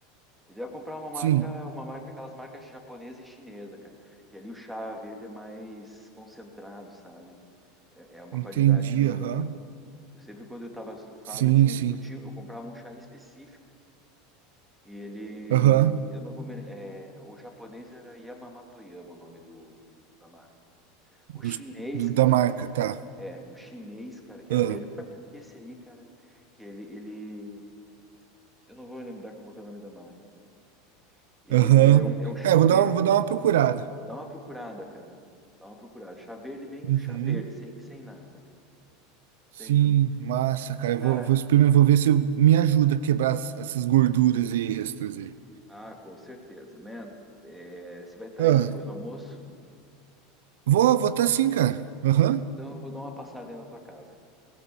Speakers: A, in the centre; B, on the right (about 85°).
A: Ele vai comprar uma marca,
B: Sim,
A: uma marca, aquelas marcas japonesa e chinesa, cara. Que ali o chá verde é mais concentrado, sabe? É é uma
B: entendi,
A: qualidade melhor.
B: aham.
A: Eu sempre, quando eu estava estufado,
B: Sim,
A: eu, tinha,
B: sim.
A: um- eu, tinha, eu comprava um chá específico. E ele.
B: Aham.
A: Eu não vou me. É, o japonês era Yamamatoyama, o nome do, do- da marca.
B: Dos-
A: O chinês,
B: do-
A: cara.
B: da marca, tá.
A: É, o chinês, cara, que
B: Ah,
A: era melhor que esse aí, cara. Que ele. ele eu não vou lembrar como que é o nome da marca, cara. Ele,
B: Aham.
A: ele é um, é um chá
B: É, eu
A: verde.
B: vou dar, uma- vou dar uma procurada.
A: Dá uma procurada, cara. Dá uma procurada. Chá verde, bem.
B: Uhum.
A: Chá verde, sem, sem nada, cara. Sem
B: Sim,
A: nada.
B: massa, cara. Eu
A: Cara,
B: vou, vou experimentar, vou ver se eu- me ajuda a quebrar as- essas gorduras aí, restos aí.
A: ah, com certeza, man. É, você vai estar
B: Ah,
A: aí depois do almoço?
B: vou, vou tá sim, cara. Aham,
A: Então eu vou dar uma passada aí na tua casa, hein?